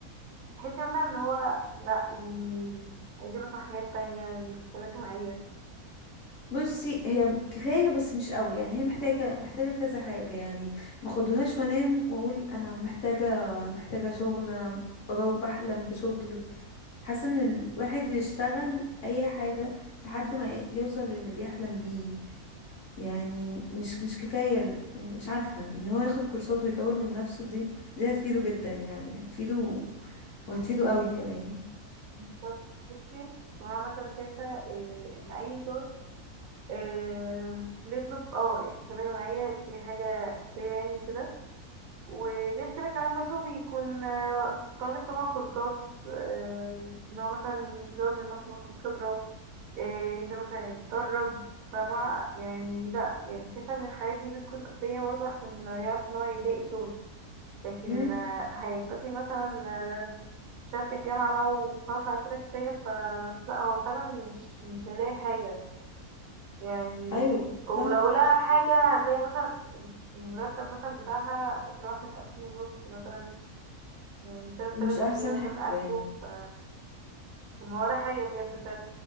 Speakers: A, on the right; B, on the left.
A: تحسي مثلا ان هو لا يعني عايزين مثلا حاجات تانية غير الشهادة الجامعية
B: بصي هي كفايه بس مش قوي يعني هي محتاجه محتاجه كذا حاجه يعني ما خدوهاش وانام واقول انا محتاجه محتاجه شغل انا بدور بحلم بشغل حاسه ان الواحد يشتغل اي حاجه لحد ما ي- يوصل للي بيحلم بيه يعني مش مش كفايه ال- مش عارفه ان هو ياخد كورسات ويطور من نفسه دي دي هتفيده جدا يعني هتفيده وهتفيده قوي كمان
A: طب بصي هو انا مثلا شايفة آه، ان اي شغل آم، بيطلب اه يعني شهادة جامعية دي حاجة أساسية يعني كده وغير كده كمان برضو بيكون آه، طالب طبعا كورسات آم، إن هو مثلا يزود من نفسه مثلا خبرة آه، ينزل مثلا يتدرب فما يعني لأ يعني شايفة إن الحاجات دي بتكون أساسية برضه عشان يعرف إن هو يلاقي شغل لكن
B: امم
A: آه، هيكتفي مثلا آه، بشهادة الجامعة بقى وخلاص على كده كفاية فلا هو فعلا مش مش هيلاقي حاجة يعني
B: ايوه
A: ولو
B: صح
A: لها حاجة هتلاقي مثلا يعني المرتب مثلا بتاعها بتروح من ألفين ونص مثلا يعني تلات
B: مش
A: آلاف
B: احسن
A: جنيه مثلا
B: حاجه يعني
A: آخره ف وما ولا حاجة بجد ف...